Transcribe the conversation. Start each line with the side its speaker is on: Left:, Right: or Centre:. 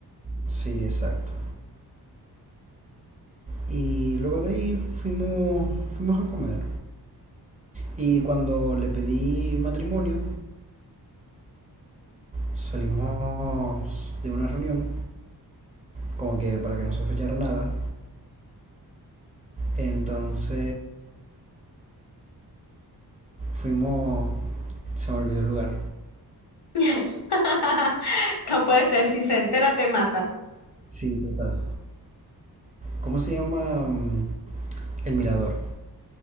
Right: sí, exacto. Y luego de ahí fuimos, fuimos a comer. Y cuando le pedí matrimonio, salimos de una reunión, como que para que no sospechara nada. Entonces fuimos, se me olvidó el lugar.
Left: <laughs> No puede ser, si se entera te mata.
Right: Sí, total. ¿Cómo se llama? Mm, El Mirador.